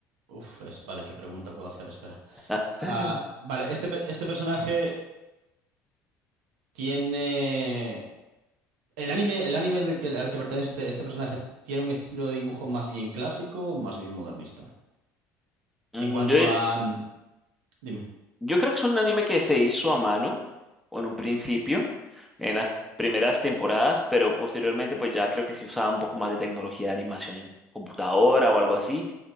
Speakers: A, on the right; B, in the centre.
A: uf, es, vale, ¿qué pregunta puedo hacer? Espera.
B: <laughs>
A: Ah, vale, este, per- este personaje tiene... El anime, el anime del que- al que pertenece este, este personaje tiene un estilo de dibujo más bien clásico o más bien modernista.
B: Mm,
A: En cuanto
B: yo
A: a... mm, Dime.
B: Yo creo que es un anime que se hizo a mano, o en un principio, en las primeras temporadas, pero posteriormente pues ya creo que se usaba un poco más de tecnología de animación en computadora o algo así.